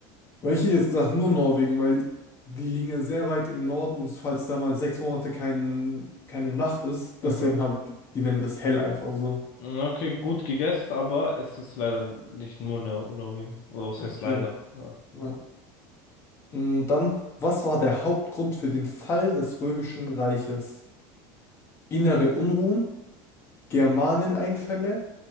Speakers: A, on the left; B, on the left.
A: Weil ich hätte jetzt gesagt, nur Norwegen, weil die liegen ja sehr weit im Norden und falls da mal sechs Monate kein, keine Nacht ist,
B: Aha.
A: deswegen habe ich, die nennen das hell einfach so.
B: Okay, gut gegessen, aber es ist leider nicht nur Nor Norwegen. Oder was
A: Okay.
B: heißt leider? Ja.
A: Na, mm, dann, was war der Hauptgrund für den Fall des Römischen Reiches? Innere Unruhen, Germaneneinfälle,